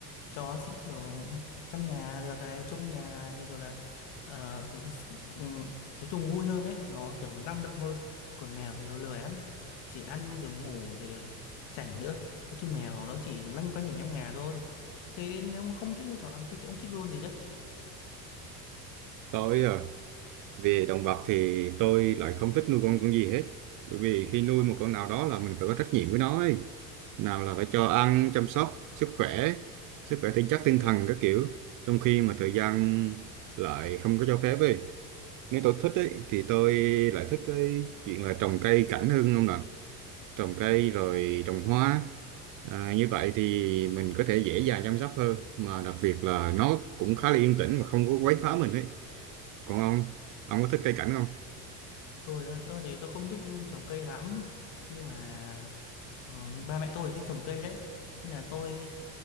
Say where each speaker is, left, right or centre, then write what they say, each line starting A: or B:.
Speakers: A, on the left (about 65°); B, on the right (about 45°).
A: chó sẽ kiểu chăm nhà được này trông nhà này rồi là ờ, kiểu như s- ừm, nói chung vui hơn đấy nó kiểu nó năng động hơn còn mèo thì nó lười lắm chỉ ăn rồi ngủ rồi là chảnh nữa nói chung mèo nó chỉ loanh quanh ở trong nhà thôi thế nếu mà không thích nuôi chó lắm thế, thì ông thích nuôi con gì nhất
B: tôi à, về động vật thì tôi lại không thích nuôi con con gì hết bởi vì khi nuôi một con nào đó là mình phải có trách nhiệm với nó ấy nào là phải cho ăn chăm sóc sức khỏe sức khỏe thể chất tinh thần các kiểu trong khi mà thời gian lại không có cho phép ấy nếu tôi thích ấy thì tôi lại thích cái chuyện là trồng cây cảnh hơn không ạ trồng cây rồi trồng hoa à, như vậy thì mình có thể dễ dàng chăm sóc hơn mà đặc biệt là nó cũng khá là yên tĩnh và không có quấy phá mình ấy còn ông ông có thích cây cảnh không
A: tôi á, tôi thì tôi không thích trồng cây lắm nhưng mà Ờ, ba mẹ tôi thì thích trồng cây đấy Nên là tôi